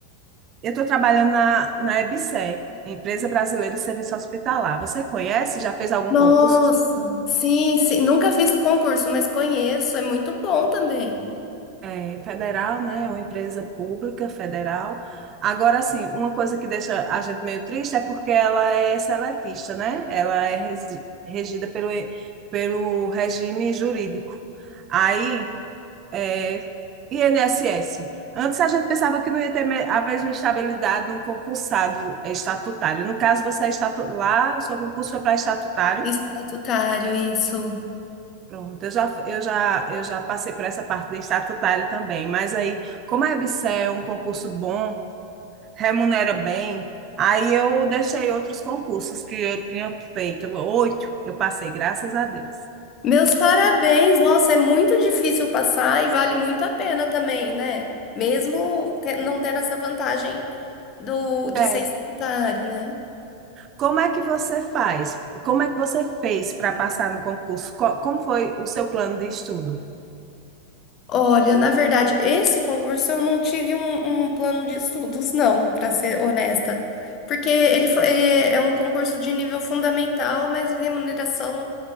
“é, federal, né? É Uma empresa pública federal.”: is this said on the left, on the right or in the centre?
Right